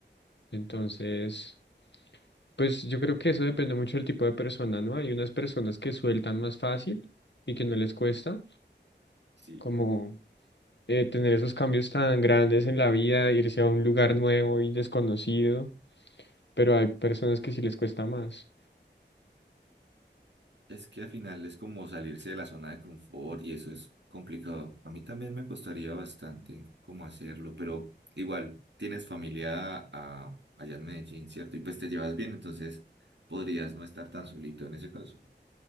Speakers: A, on the left; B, on the right.
A: Entonces, pues yo creo que eso depende mucho del tipo de persona, ¿no? Hay unas personas que sueltan más fácil y que no les cuesta,
B: sí.
A: como eh, tener esos cambios tan grandes en la vida, irse a un lugar nuevo y desconocido, pero hay personas que sí les cuesta más.
B: Es que al final es como salirse de la zona de confort y eso es complicado. A mí también me costaría bastante cómo hacerlo, pero igual tienes familia ah, allá en Medellín, ¿cierto? Y pues te llevas bien, entonces podrías no estar tan solito en ese caso.